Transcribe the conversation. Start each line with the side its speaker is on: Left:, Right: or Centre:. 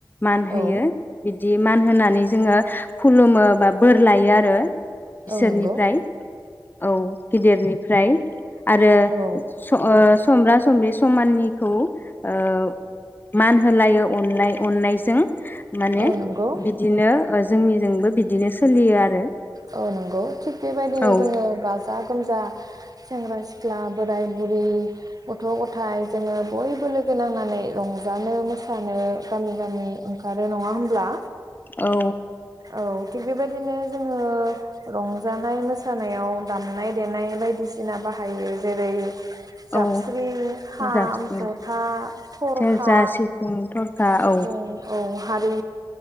Left: मान होयो
Right: औ
Left: बि दि मान होनानै जोङो खुलुमो बा बोर लायो आरो। बिसोरनिफ्राय
Right: औ नंगौ
Left: औ गिदिरनिफ्राय आरो
Right: औ
Left: स ओ समब्रा सम्ब्रि समाननिखौ ओ मान होलायो अनलाय नाय अननायजों माने
Right: औ नंगौ
Left: बिदिनो जोंनि जोंबो बिदिनो सोलियो आरो।
Right: औ नंगौ थिग बेबायदिनो
Left: औ
Right: जोङो गाजा गोमजा सेंग्रा सिख्ला ख्ला बोराय बुरि गथ' गथाय जोङो बयबो लोगो नांनानै रंजानो मोसानो गामि गामि ओंखारो नङा होनोमब्ला
Left: औ।
Right: औ थिग बेबायदिनो जोङो रंजानाय मोसानायाव दामनाय देनाय बायदिसिना बाहायो जेरै जाबस्रि
Left: औ
Right: खाम
Left: जाबस्रिं
Right: ज'था ख'रखा
Left: सेरजा सिफुं थरखा
Right: सिफुं
Left: औ
Right: औ हा बे